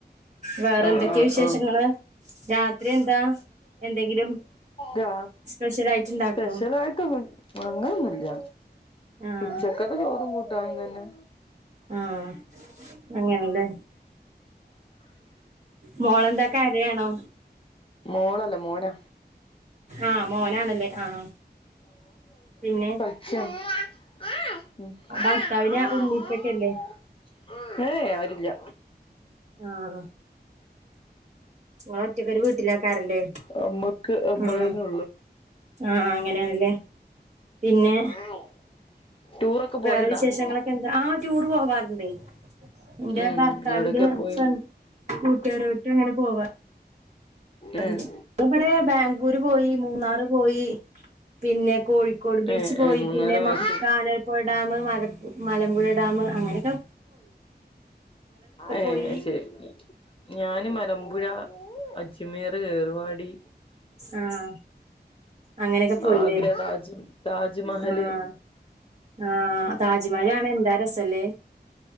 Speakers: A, on the right; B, on the left.
A: വേറെ
B: ആഹ്
A: എന്തൊക്കെ
B: ആഹ്
A: വിശേഷങ്ങള്
B: ആഹ്
A: രാത്രി എന്താ എന്തെങ്കിലും
B: രാ
A: സ്പെഷ്യൽ ആയിട്ട് ഇണ്ടാക്കോ
B: സ്പെഷൽ ആയിട്ട് ഒന്നു അങ്ങനൊന്നുല്ല
A: ആഹ്
B: ഉച്ചക്കത്തെ ചോറും കൂട്ടാനുംതനെ
A: ആഹ് അങ്ങനല്ലേ മോളെന്താ കരയാണോ
B: മോളല്ല മോനാ
A: ആഹ് മോനാണല്ലേ ആഹ് പിന്നെ
B: ആഹ് ആഹ്
A: ഭർത്താവിന്
B: ആഹ്
A: ഉമ്മി ഉപ്പക്കെല്ലേ
B: ആഹ് ഏ ആരുല്ല
A: ആഹ് നിങ്ങള് ഒറ്റക്കൊരു വീട്ടിലേക്കാരല്ലേ
B: ഞമ്മക്ക് ഞമ്മളന്നൊ
A: ഉം ആഹ് അങ്ങനെണല്ലേ പിന്നെ
B: <inaudible> ടൂറൊക്കെ
A: വേറെ
B: പോവലുണ്ടോ
A: വിശേഷങ്ങളൊക്കെ എന്താ ആ ടൂർ പോ വാർണ്ടേ ന്റെ
B: ഉം
A: ഭർത്താവിന്റെ
B: എവിടൊക്കെ പോയി
A: ഫ്ര കൂട്ടുകാരോറ്റും അങ്ങനെ പോവാ
B: ഏഹ്
A: റ്ണ്ട് വടെ ബാംഗ്ലൂര് പോയി മൂന്നാറ് പോയി പിന്നെ കോഴിക്കോട് ബീച്ച്
B: ഏഹ്
A: പോയി
B: ഏഹ് മൂന്നാറ്
A: പിന്നെ
B: മൈസൂര്
A: മ കാനർപ്പൊഴ ഡാമ് മല മലമ്പുഴ ഡാമ് അങ്ങനൊ ക്കെ
B: ഏ
A: പോയി
B: എഹ് ശരി ഞാന് മലമ്പുഴ അജ്മീർ ഏർവാടി
A: ആഹ് അങ്ങനെയൊക്കെ പോയില്ലേ
B: ആഗ്ര താജ് താജ്മഹല്
A: ആഹ് ആഹ് താജ്മഹല് കാണാ എന്താ രസല്ലേ